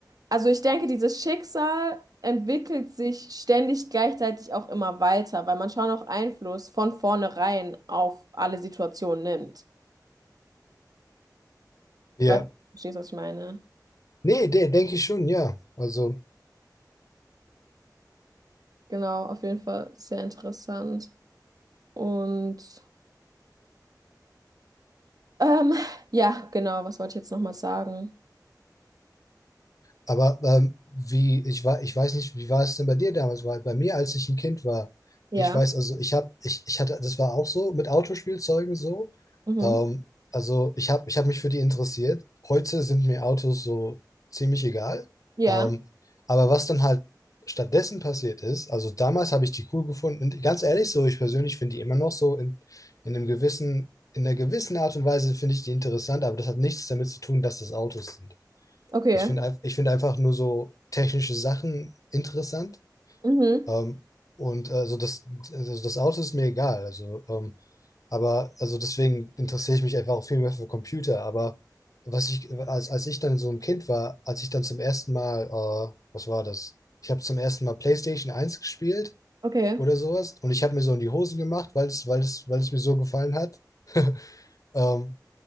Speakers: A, on the right; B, on the left.
A: Also ich denke, dieses Schicksal entwickelt sich ständig gleichzeitig auch immer weiter, weil man schon auch Einfluss von vornherein auf alle Situationen nimmt.
B: Ja.
A: Ich weiß, du verstehst, was ich meine.
B: Nee, der denke ich schon, ja. Also
A: Genau, auf jeden Fall sehr interessant. Und Ähm, ja, genau, was wollte ich jetzt nochmal sagen?
B: Aber ähm, wie, ich war, ich weiß nicht, wie war es denn bei dir damals? Weil bei mir, als ich ein Kind war,
A: Ja,
B: ich weiß, also ich habe, ich, ich hatte, das war auch so mit Autospielzeugen so.
A: mhm.
B: Ähm, also ich habe, ich habe mich für die interessiert. Heute sind mir Autos so ziemlich egal.
A: Ja,
B: Ähm, aber was dann halt stattdessen passiert ist, also damals habe ich die cool gefunden. Und ganz ehrlich, so ich persönlich finde die immer noch so in, in einem gewissen, in einer gewissen Art und Weise finde ich die interessant, aber das hat nichts damit zu tun, dass das Autos sind.
A: okay.
B: Ich finde ein- ich finde einfach nur so technische Sachen interessant.
A: Mhm.
B: Ähm, und also das, also das Auto ist mir egal. Also, ähm, aber also deswegen interessiere ich mich einfach auch viel mehr für Computer. Aber was ich, als, als ich dann so ein Kind war, als ich dann zum ersten Mal, äh, was war das? Ich habe zum ersten Mal PlayStation 1 gespielt
A: Okay.
B: oder sowas. Und ich habe mir so in die Hosen gemacht, weil es, weil es, weil es mir so gefallen hat. <laughs> Ähm,